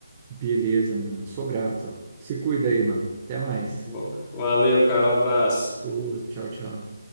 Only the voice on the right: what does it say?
Beleza, mano. Sou grato. Se cuida aí, mano. Até mais.
Ô, tchau, tchau.